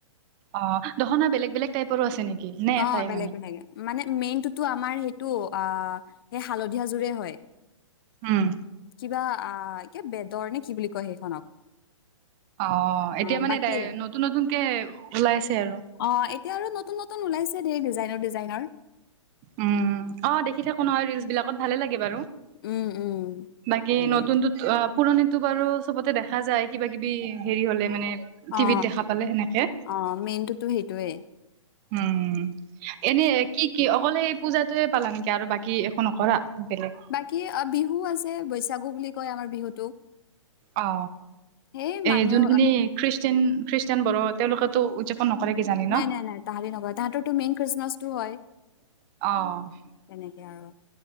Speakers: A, on the right; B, on the left.
A: অ', দখনা বেলেগ-বেলেগ টাইপৰো আছে নেকি নে
B: অ
A: এটাই
B: বেলেগ
A: মানে?
B: বেলেগ মানে মেইনতোটো আমাৰ সেইটো আ, সেই হালধীয়াযোৰে হয়।
A: উম।
B: কিবা আ এয়া বেদৰ নে কি বুলি কয় সেইখনক
A: অ এতিয়া
B: অ
A: মানে
B: বাকী
A: নতুন নতুনকে ওলাইছে আৰু
B: অ এতিয়া আৰু নতুন নতুন ওলাইছে দেেই ডিজাইনৰ ডিজাইনৰ
A: উম অ দেখি থাকো নহয় ৰিলচ বিলাকত ভালে লাগে বাৰু
B: উম উম
A: বাকী
B: সেয়ে
A: নতুনত পুৰণিতটো বাৰু চবতে দেখা যায় কিবা কিবি হেৰি হলে মানে টিভিত
B: অ
A: দেখা পালে সেনেকে
B: অ', মেইনতোটো সেইটোৱে।
A: উম। এনে কি কি অকল সেই পূজাটোৱে পালা নেকি আৰু বাকী একো নকৰা? বেলেগ
B: বাকী বিহু আছে বৈচাগু বুলি কয় আমাৰ বিহুটোক।
A: অ
B: সেই মানুহ
A: ', যোনখিনি খ্ৰীষ্টান খ্ৰীষ্টান বড়ো তেওঁলোকেতো উদযাপন নকৰে কি জানি
B: নাই
A: ন?
B: নাই নাই তাহাতি নকৰে। তাহাতঁৰটো মেইন খ্ৰীষ্টমাচটো হয়।
A: অহ।
B: তেনেকে আৰু